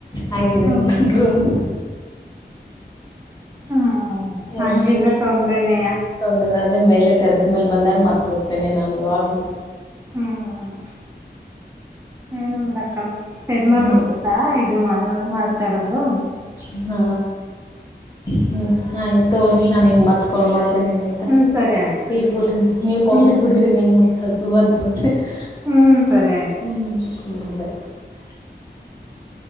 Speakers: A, on the left; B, on the right.
A: ಹಾಗಿದೆ
B: ಹ್ಮ್
A: ನಿಮ್ದು ಹ್ಮ
B: ಹ್ಮ್
A: ಮತ್ತೆ
B: ಹಂಗಿದ್ರೆ ತೊಂದ್ರೆನೆಯ
A: ತೊಂದ್ರೆ ಅದೇ ಮೇಲೆ ಟೆರೆಸ್ ಮೇಲೆ ಬಂದಾಗ ಮತ್ತಿ ಇರ್ತೇನೆ ನಾನು ಯಾವಾಗಲೂ
B: ಹ್ಮ್ ಏನು ಮಾಡಕಲ್ಲ ಯಜಮಾನ್ರುಗ
A: ಅದೇ
B: ಗೊತ್ತಾ ಇದು ಮ ಮಾಡ್ತಾ ಇರೋದು
A: ಹ್ಮ ಹ ಆಯ್ತ ತೋರಿ ನಾನ ಹಿಂಗ ಮತ್ ಕಾಲ್ ಮಾಡ್ತಿ ತಿನ್ನಿ ಆಯ್ತಾ
B: ಹ್ಮ್ ಸರಿ ಆಯ್ತು
A: ಟೀ ಕುಡ್ರಿ ನೀವ್ ಕಾಫಿ
B: ಹ್ಮ್
A: ಕುಡರಿ ನಿಮ್ಕ ಹಸು ಬಂತಂದ್ರಿ
B: ಹ್ಮ್
A: ಹ್ಮ
B: ಸರಿ ಆಯ್ತು.
A: ಹ್ಮ್ ಹ ಬಾಯ
B: <inaudible>